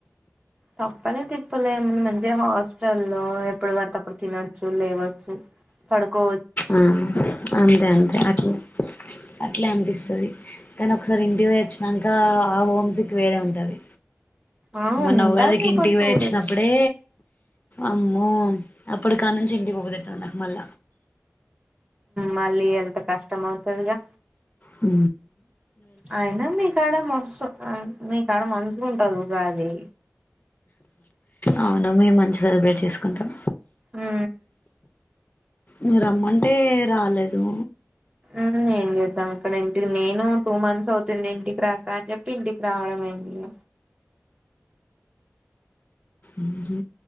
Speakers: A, on the right; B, on the left.
A: తప్పనే తిప్పలేముందు మంచిగా హాస్టల్లో ఎప్పుడు పడితేప్పుడు తినొచ్చు లేవచ్చు పడుకో
B: ఆ అంతే అంతే అట్లే అట్లా అనిపిస్తుది కానీ ఒకసారి ఇంటి వచ్చినాక ఆ హోమ్స్కి వేరే ఉంటది
A: ఆ
B: మొన్న
A: ఉంటది
B: ఉగాదికి
A: ఒక
B: ఇంటికి
A: టూ
B: వేచ్చినప్పుడే
A: డేస్
B: అమ్మో అప్పుడు కానుచీ ఇంటికి పోపుతతుంది మల్ల
A: మళ్ళీ ఎళ్ంత కష్టం అవుతుదిగా
B: ఉ
A: అయినా మీకాడ మస మీకాడ మనసు కుంటరు ఉగాది
B: అవును మేము మంచి సెలబ్రేట్ చేసుకుంటాం
A: ఊ ఊ
B: ఉ రమ్మంటే రాలేదు
A: ఊ ఏం చేద్దాం ఇక్కడ ఇంటికి నేను టూ మంత్స్ అవుతుంది ఇంటికి రాక అని చెప్పి ఇంటికి రావడం ఐంది ఇగ
B: ఊహు